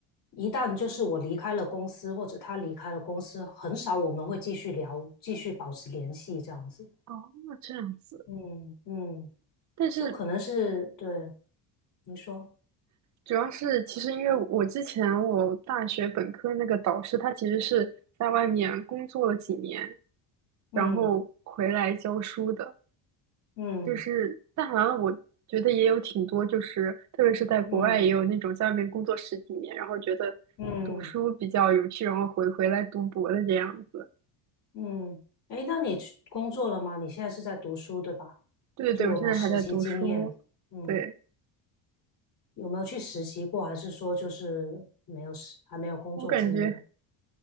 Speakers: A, on the left (about 45°); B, on the right (about 40°).
A: 一旦就是我离开了公司或者他离开了公司，很少我们会继续聊，继续保持联系这样子。
B: 哦，这样子。
A: 嗯嗯，
B: 但是
A: 就可能是对你说，
B: 主要是其实因为我之前我大学本科那个导师，他其实是在外面工作了几年，
A: 嗯
B: 然后回来教书的。
A: 嗯
B: 就是但好像我觉得也有挺多，就是特别是在国外也有那种在外面工作十几年，
A: 嗯嗯。
B: 然后觉得读书比较有趣，
A: 嗯嗯
B: 然后回回来读博的这样子。
A: 嗯，诶，那你去工作了吗？你现在是在读书，对吧？
B: 对对对，
A: 就有没有实习经验？
B: 我现在还在读书，
A: 嗯，
B: 对。
A: 有没有去实习过，还是说就是没有实，还没有工作经验？
B: 我感觉